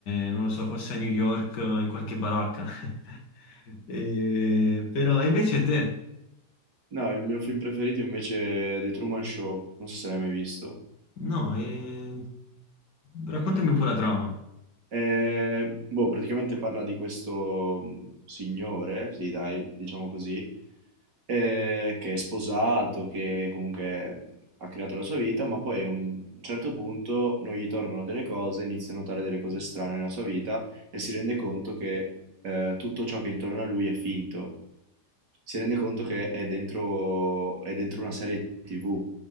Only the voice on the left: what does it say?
eh, non lo so, forse a New York, eh, in qualche baracca. <laughs> Eh, però, e invece te?
No, eh, raccontami un po' la trama.